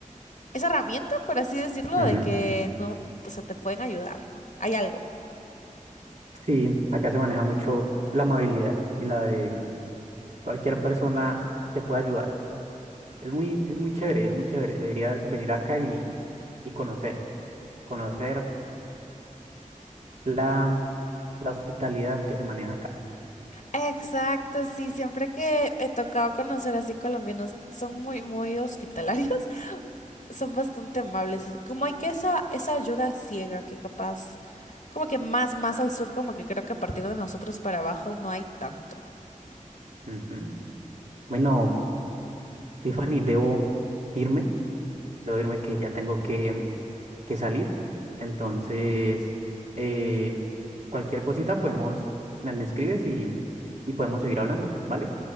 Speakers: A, on the left (about 60°); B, on the right (about 60°).
A: esa herramienta, por así decirlo,
B: ujú.
A: de que no, o sea, te pueden ayudar, ¿no? Hay algo.
B: Sí, acá se maneja mucho la amabilidad y la de mm, cualquier persona te puede ayudar. Es muy, es muy chévere, es muy chévere. Deberías venir acá y, y conocer, conocer la, la hospitalidad que se maneja acá.
A: Exacto, sí, siempre que he tocado conocer así colombianos, son muy, muy hospitalarios son bastante amables. Como hay que esa, esa ayuda ciega que capaz, como que más, más al sur, como que creo que a partir de nosotros para abajo no hay tanto.
B: Ujú. Bueno. Tiffany, debo irme, debo irme que ya tengo que, que salir. Entonces, eh, cualquier cosita podemos, me, me escribes y, y podemos seguir hablando, ¿vale?